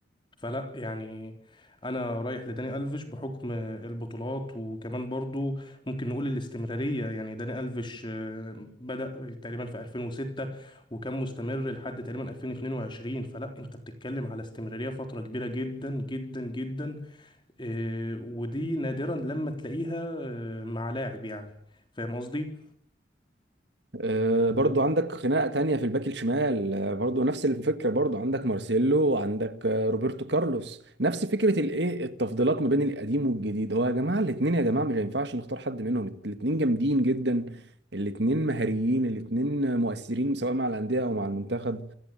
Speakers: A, on the left; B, on the right.
A: فلا يعني انا رايح لداني الفيش بحكم البطولات وكمان برضو ممكن نقول الاستمراريه يعني داني الفيش آه، بدا تقريبا في 2006 وكان مستمر لحد تقريبا 2022 فلا انت بتتكلم على استمراريه فتره كبيره جدا جدا جدا آه، ودي نادرا لما تلاقيها آه، مع لاعب يعني فاهم قصدي
B: آه، برضو
A: و-
B: عندك خناقة تانية في الباك الشمال آه، برضو نفس الفكرة برضو عندك مارسيلو وعندك آه، روبرتو كارلوس نفس فكرة الايه التفضيلات ما بين القديم والجديد هو يا جماعة الاتنين يا جماعة مش هينفعش نختار حد منهم الاتنين جامدين جدا الاتنين مهاريين الاتنين مؤثرين سواء مع الأندية أو مع المنتخب